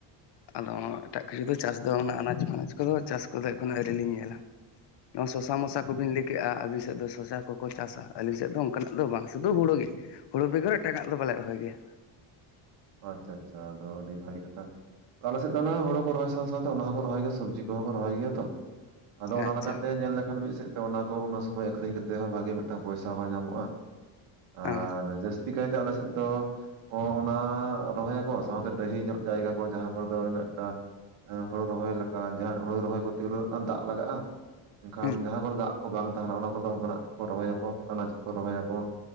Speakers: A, on the left; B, on the right.
A: ᱟᱫᱚ ᱮᱴᱟᱜ ᱠᱤᱪᱩ ᱫᱚ ᱪᱟᱥ ᱫᱚ ᱟᱱᱟᱡᱽ ᱯᱱᱟᱪ ᱠᱚᱫᱚ ᱪᱟᱥ ᱠᱚᱫᱚ ᱮᱠᱷᱱᱳ ᱟᱹᱣᱨᱤ ᱞᱤᱧ ᱧᱮᱞᱟ᱾ ᱱᱚᱣᱟ ᱥᱚᱥᱟ
B: ᱚ
A: ᱢᱚᱥᱟ ᱠᱚᱵᱤᱱ ᱞᱟᱹᱭ ᱠᱮᱜᱼᱟ ᱟᱹᱵᱤᱱ ᱥᱮᱫ ᱫᱚ ᱥᱚᱥᱟ ᱠᱚ ᱠᱚ ᱪᱟᱥᱟ ᱟᱹᱞᱤᱧ ᱥᱮᱫ ᱫᱚ ᱚᱱᱠᱟᱱᱟᱜ ᱫᱚ ᱵᱟᱝ ᱥᱩᱫᱩ ᱦᱩᱲᱩ ᱜᱮ ᱦᱩᱲᱩ ᱵᱮᱜᱚᱨ ᱾ ᱴᱮᱠᱟᱜ ᱫᱚ ᱵᱟᱞᱮ ᱨᱚᱦᱚᱭ ᱜᱮᱭᱟ
B: ᱟᱪᱪᱷᱟ ᱟᱪᱪᱷᱟ ᱟᱫᱚ ᱟᱹᱰᱤ ᱵᱷᱟᱹᱜᱤ ᱠᱟᱛᱷᱟ ᱟᱞᱮ ᱥᱮᱫ ᱫᱚ ᱚᱱᱟ ᱦᱩᱲᱩ ᱠᱚ ᱨᱚᱦᱚᱭ ᱥᱟᱶᱛᱮ ᱚᱱᱟ ᱦᱚᱸᱠᱚ ᱨᱚᱦᱚᱭ ᱜᱮᱭᱟ ᱥᱚᱵᱡᱤ ᱠᱚᱦᱚᱸ ᱠᱚ ᱨᱚᱦᱚᱭ ᱜᱮᱭᱟ ᱛᱚ ᱟᱫᱚ ᱚᱱᱟ
A: ᱟᱪᱪᱷᱟ
B: ᱞᱮᱠᱟᱛᱮ ᱧᱮᱞ ᱞᱮᱠᱷᱟᱱ ᱢᱤᱫ ᱥᱮᱫᱽ ᱚᱱᱟ ᱠᱚ ᱩᱱᱱᱟᱹ ᱥᱚᱢᱚᱭ ᱟᱠᱠᱷᱨᱤᱧ ᱠᱟᱛᱮ ᱦᱚᱸ ᱵᱷᱟᱜᱤ ᱢᱤᱫᱴᱟᱝ ᱯᱚᱭᱥᱟ ᱦᱚᱸ ᱧᱟᱢᱚᱜᱼᱟ
A: ᱦᱮᱸ
B: ᱟᱨ ᱡᱟᱹᱥᱛᱤ ᱪᱤᱠᱟᱭᱛᱮ ᱟᱞᱮᱥᱮᱫ ᱫᱚ ᱚᱱᱟ ᱟᱸ ᱨᱚᱦᱚᱭᱟᱠᱚ ᱥᱟᱶᱛᱮ ᱰᱟᱹᱦᱤ ᱧᱚᱜ ᱡᱟᱭᱜᱟ ᱠᱚ ᱡᱟᱦᱟᱸ ᱠᱚᱨᱮ ᱫᱚ ᱤᱱᱟᱹᱜ ᱴᱟ ᱦᱩᱲᱩ ᱨᱚᱦᱚᱭ ᱞᱮᱠᱟ ᱡᱟᱦᱟᱸ ᱦᱩᱲᱩ ᱨᱚᱦᱚᱭ ᱠᱚ ᱛᱤᱱᱟᱸᱜ ᱜᱟᱱᱨ ᱫᱟᱜᱽ ᱞᱟᱜᱟᱜᱼᱟ᱾ ᱮᱱᱠᱷᱟᱱ
A: ᱦᱮᱸ
B: ᱡᱟᱦᱟᱸ ᱠᱚᱨᱮ ᱫᱟᱜᱽ ᱠᱚ ᱵᱟᱝ ᱛᱟᱦᱮᱱᱟ ᱚᱱᱟ ᱠᱚᱨᱮ ᱫᱚ ᱚᱱᱠᱟᱱᱟᱜ ᱠᱚᱠᱚ ᱨᱚᱦᱚᱭᱟᱠᱚ ᱟᱱᱟᱡᱽ ᱠᱚᱠᱚ ᱨᱚᱦᱚᱭᱟᱠᱚ᱾